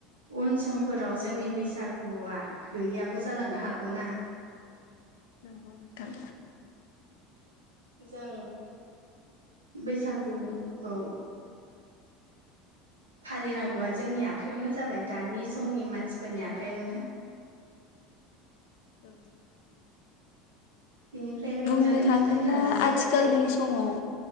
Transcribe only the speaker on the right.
उन समफोराव जों जोंनि बैसागुआ गैयाबो जालांनो हागौनाा
जों बैसागुखौ फालिनांगौ आौ जोंनि आखयावनो जाबाय दानि समनि मानसिफोरनि आखयावनो
बिनिफ्राय रंजानायनि
दिना लासै
लासै